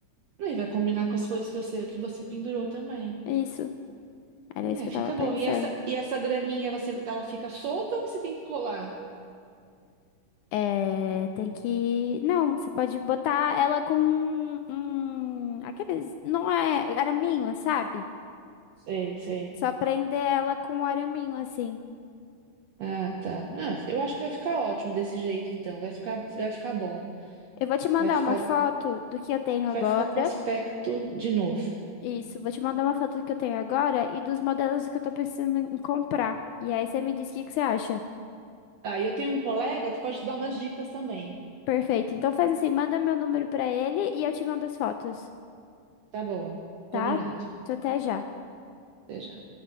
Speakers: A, on the right (about 65°); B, on the left (about 80°).
A: Aí vai combinar com as flores que você que você pendurou também.
B: É Isso. Era isso
A: É,
B: que
A: fica
B: eu tava pensando.
A: bom. E essa e essa graminha você ela fica solta ou você tem que colar?
B: É, tem que. Não, você pode botar ela com um. Aqueles. Não é araminho, sabe?
A: Sei, sei.
B: Só prender ela com um araminho, assim.
A: Ah, tá. Ah, eu acho que vai ficar ótimo desse jeito, então. Vai ficar, vai ficar bom.
B: Eu vou te mandar
A: Vai ficar,
B: uma foto do que eu tenho agora.
A: vai ficar com aspecto de novo.
B: Isso, vou te mandar uma foto do que eu tenho agora e dos modelos que eu tô pensando em comprar. E aí você me diz o que que você acha.
A: Ah, e eu tenho um colega que pode te dar umas dicas também.
B: Perfeito. Então faz assim, manda meu número pra ele e eu te mando as fotos,
A: Tá bom, combinado.
B: tá? Tô até já.
A: Até já.